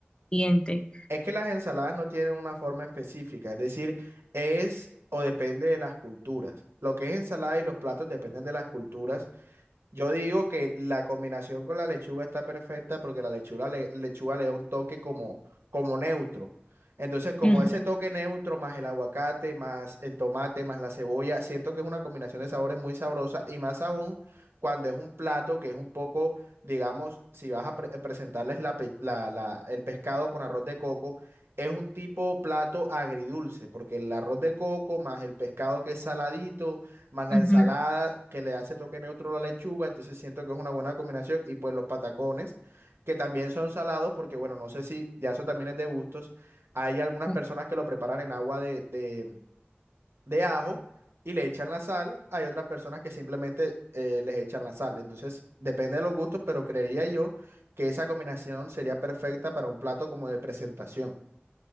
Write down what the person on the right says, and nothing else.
Es que las ensaladas no tienen una forma específica, es decir, es o depende de las culturas. Lo que es ensalada y los platos dependen de las culturas yo digo que la combinación con la lechuga está perfecta porque la lechuga le, lechuga le da un toque como, como neutro. Entonces, como
ese toque neutro más el aguacate, más el tomate, más la cebolla, siento que es una combinación de sabores muy sabrosa y más aún cuando es un plato que es un poco, digamos, si vas a pre- eh, presentarles la pe- la- la- el pescado con arroz de coco, es un tipo plato agridulce porque el arroz de coco más el pescado que es saladito más la
ensalada que le hace toque neutro a la lechuga, entonces siento que es una buena combinación, y pues los patacones, que también son salados, porque bueno, no sé si ya eso también es de gustos, hay algunas
personas que lo preparan en agua de, de, de ajo y le echan la sal, hay otras personas que simplemente eh, les echan la sal, entonces depende de los gustos, pero creería yo que esa combinación sería perfecta para un plato como de presentación.